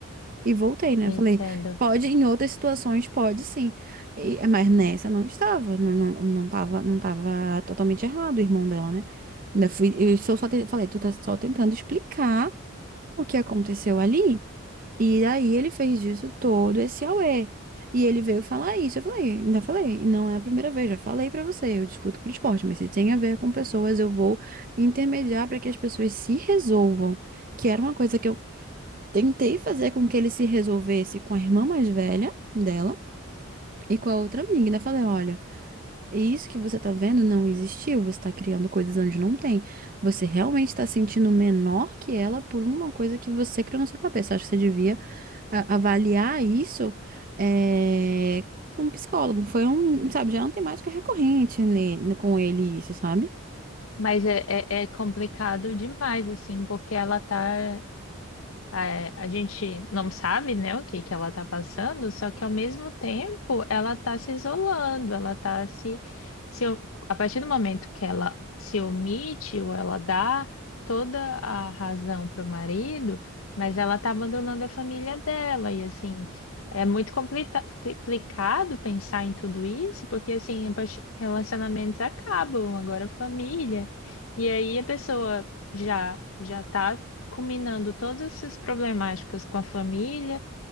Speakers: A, on the right; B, on the left.
A: E voltei, né?
B: Entendo.
A: Eu falei, pode, em outras situações pode sim. E- mas nessa não estava, não, não, não tava, não tava totalmente errado o irmão dela, né? Ainda fui, eu só, só te- falei, tu tá só tentando explicar o que aconteceu ali. E daí ele fez disso todo esse auê. E ele veio falar isso. Eu falei, ainda falei, não é a primeira vez, já falei pra você, eu discuto pro esporte, mas se tem a ver com pessoas, eu vou intermediar pra que as pessoas se resolvam. Que era uma coisa que eu tentei fazer com que ele se resolvesse com a irmã mais velha dela e com a outra amiga. Ainda falei, olha. E isso que você tá vendo não existiu, você tá criando coisas onde não tem. Você realmente tá sentindo menor que ela por uma coisa que você criou na sua cabeça. Acho que você devia a- avaliar isso é, com um psicólogo. Foi um, sabe, já é uma temática recorrente ne- com ele isso, sabe?
B: Mas é, é, é complicado demais, assim, porque ela tá É, a gente não sabe, né, o que que ela está passando, só que ao mesmo tempo ela está se isolando, ela está se, se. A partir do momento que ela se omite ou ela dá toda a razão para o marido, mas ela está abandonando a família dela. E assim, é muito complica- complicado pensar em tudo isso, porque assim, a parti- relacionamentos acabam, agora família. E aí a pessoa já já tá combinando todas essas problemáticas com a família